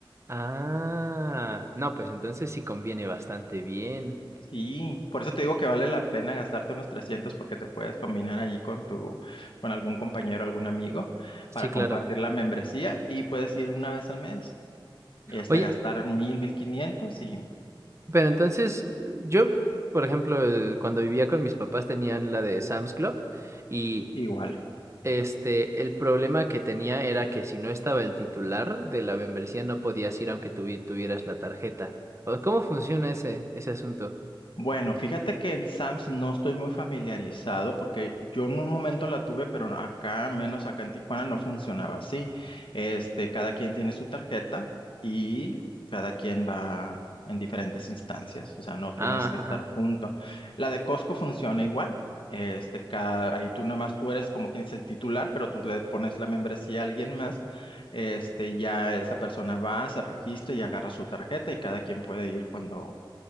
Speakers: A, on the right (about 35°); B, on the left (about 75°).
A: Ah, no, pues entonces sí conviene bastante bien.
B: Sí, por eso te digo que vale la pena gastarte unos 300 porque te puedes combinar allí con tu, con algún compañero, algún amigo
A: Sí,
B: para compartir
A: claro.
B: la membresía y puedes ir una vez al mes, este,
A: Oye,
B: gastar mil, mil quinientos y
A: pero entonces yo, por ejemplo, eh, cuando vivía con mis papás tenían la de Sam's Club y
B: igual.
A: Este, el problema que tenía era que si no estaba el titular de la membresía no podías ir aunque tuvi- tuvieras la tarjeta. O, ¿Cómo funciona ese, ese asunto?
B: Bueno, fíjate que en Sams no estoy muy familiarizado porque yo en un momento la tuve, pero acá, menos acá en Tijuana, no funcionaba así. Este, cada quien tiene su tarjeta y cada quien va en diferentes instancias, o sea, no tienes
A: Ah,
B: que estar
A: ajá.
B: junto. La de Costco funciona igual. Este, cada, ahí tú nada más tú eres como quien es el titular, pero tú le pones la membresía a alguien más. Este, y ya esa persona va, se registra y agarra su tarjeta y cada quien puede ir cuando,